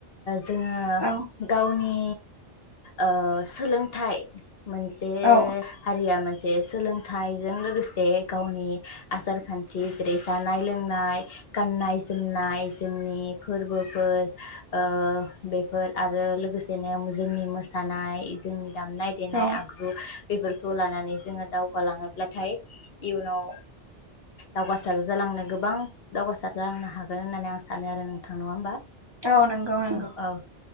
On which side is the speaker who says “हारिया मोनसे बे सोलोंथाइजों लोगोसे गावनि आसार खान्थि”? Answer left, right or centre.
Left